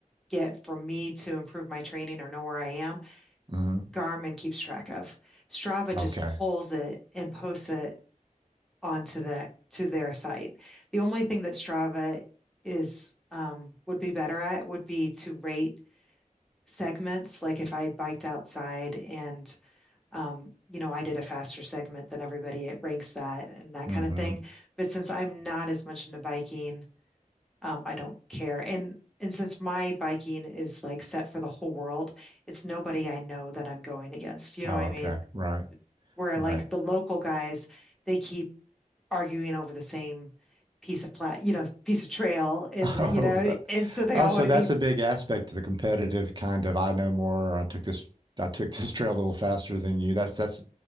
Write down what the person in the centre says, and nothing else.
get for me to improve my training or know where I am,
Garmin keeps track of. Strava just
pulls it and posts it onto that to their site. The only thing that Strava is um, would be better at would be to rate segments. Like if I biked outside and um, you know I did a faster segment than everybody, it ranks that and that
kind of thing. But since I'm not as much into biking um, I don't care. And and since my biking is like set for the whole world, it's nobody I know that I'm going against. You
know what I mean?
Where
like the local guys, they keep arguing over the same piece of plat, you know, piece of trail,
and
you know,
and so they
all
want to
be